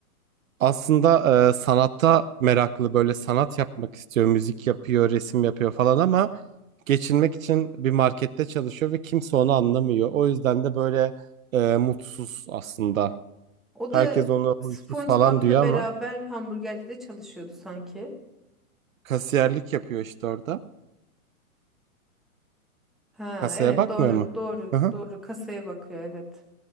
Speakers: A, on the right (about 65°); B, in the centre.
A: aslında e, sanatta meraklı böyle sanat yapmak istiyor, müzik yapıyor, resim yapıyor falan ama geçinmek için bir markette çalışıyor ve kimse onu anlamıyor. O yüzden de böyle e, mutsuz aslında.
B: O
A: Herkes
B: da
A: onu huysuz
B: SpongeBob'la
A: falan diyor ama
B: beraber hamburgercide çalışıyordu sanki.
A: kasiyerlik yapıyor işte orada.
B: Ha
A: Kasaya
B: evet
A: bakmıyor
B: doğru
A: mu?
B: doğru
A: Hı hı.
B: doğru kasaya bakıyor evet.